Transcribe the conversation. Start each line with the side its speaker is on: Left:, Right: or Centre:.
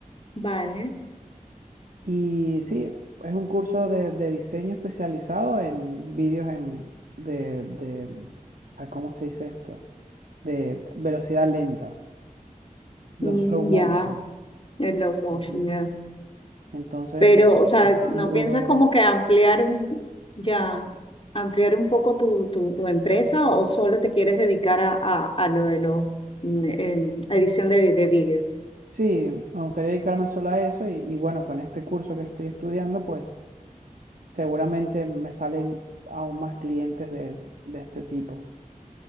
Left: Vale.
Right: Y sí, es un curso de, de diseño especializado en vídeos en, de, de, ah, ¿cómo se dice esto? De velocidad lenta, los
Left: Mm,
Right: slow motion.
Left: ya, el low motion,
Right: Ujú.
Left: ya.
Right: Entonces,
Left: Pero,
Right: pues sí,
Left: o sea,
Right: los ángulos.
Left: ¿no piensas como que ampliar un, ya, ampliar un poco tu, tu, tu empresa o solo te quieres dedicar a, a, a lo de lo, mm, em, edición de, de vídeo?
Right: Sí, me gustaría dedicarme solo a eso y, y bueno, con este curso que estoy estudiando, pues seguramente me salen aún más clientes de, de este tipo.